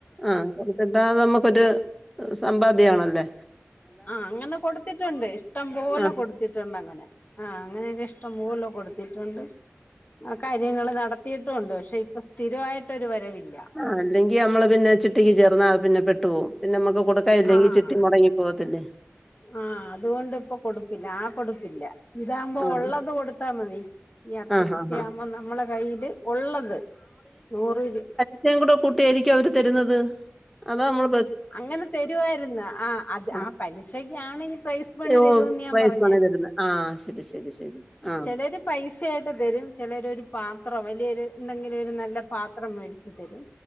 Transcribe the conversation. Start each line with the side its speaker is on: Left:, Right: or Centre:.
Centre: ആഹ് കിട്ടാതെ നമുക്കൊരു. സംമ്പാദ്യാണല്ലേ.
Left: ആഹ് അങ്ങനെ കൊടുത്തിട്ടുണ്ട് ഇഷ്ടം പോലെ
Centre: ആഹ്
Left: കൊടുത്തിട്ടുണ്ട് അങ്ങനെ ആഹ് അങ്ങനെക്കെ ഇഷ്ടം പോലെ കൊടുത്തിട്ടൊണ്ട്. ആ കാര്യങ്ങള് നടത്തിയിട്ടൊണ്ട് പക്ഷെ ഇപ്പൊ സ്ഥിരായിട്ടൊരു വരവില്ല.
Centre: ആ അല്ലെങ്കി നമ്മള് പിന്നെ ചിട്ടിക്ക് ചേർന്നാ അത് പിന്നെ പെട്ടു പോകും പിന്നമ്മക്ക് കൊടുക്കാനില്ലെങ്കിൽ
Left: ആഹ്
Centre: ചിട്ടി മൊടങ്ങി പോവത്തില്ലെ.
Left: ആഹ് അതുകൊണ്ട് ഇപ്പൊ കൊടുപ്പില്ല ആ കൊടുപ്പില്ല ഇതാംമ്പോ
Centre: ആഹ്
Left: ഒള്ളത് കൊടുത്താതി. ഈ അത്ത
Centre: ആഹ്
Left: ചിട്ടിയാവുംമ്പോ
Centre: ആഹ് ആഹ്.
Left: നമ്മളെ കൈൽ ഒള്ളത് നൂറ് ഇരു
Centre: ച്ചേം കൂടെ കൂട്ടിയായിരിക്കും അവര് തെരുന്നത് അതാ നമ്മള്
Left: അങ്ങനെ തെരുവായിര്ന്നു ആ അത്
Centre: ആഹ്.
Left: ആ പലിശക്കാണ് ഈ പ്രൈസ് മണി
Centre: ഓഹ്
Left: വെരൂന്ന് ഞാൻ
Centre: പൈസ
Left: പറഞ്ഞെ.
Centre: ആണ് തരുന്നത്. ആഹ് ശരി ശരി ശരി ആ.
Left: ചെലര് പൈസയായിട്ട് തെരും ചെലര് ഒരു പാത്രം വലിയൊരു എന്തെങ്കിലും ഒരു നല്ല പാത്രം മേടിച്ച് തെരും.